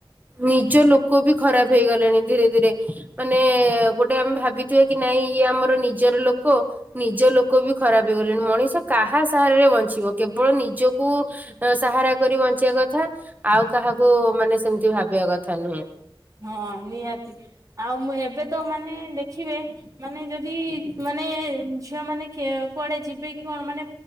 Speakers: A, on the right; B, on the right.
A: ନିଜ ଲୋକ ବି ଖରାପ ହେଇଗଲେଣି ଧୀରେ ଧୀରେ। ମାନେ ଗୋଟେ ଆମେ ଭାବ। ଭାବିଥିବା କି ନାଇଁ ଇଏ ଆମର ନିଜର ଲୋକ। ନିଜ ଲୋକ ବି ଖରାପ ହେଇଗଲେଣି। ମଣିଷ କାହା ସାହାରରେ ବଞ୍ଚିବ କେବଳ ନିଜକୁ। ସାହାରା କରି ବଞ୍ଚିଆ କଥା, ଆଉ କାହାକୁ ମାନେ ସେମିତି ଭାବିଆ କଥା ନୁହେଁ।
B: ହଁ, ନିହାତି ଆଉ ମୁଁ ଏବେ ତ ମାନେ ଦେଖିବେ। ମାନେ ଯଦି ମାନେ ଝିଅ ମାନେ। କୁଆଡେ ଯିବେ କି କଣ ମାନେ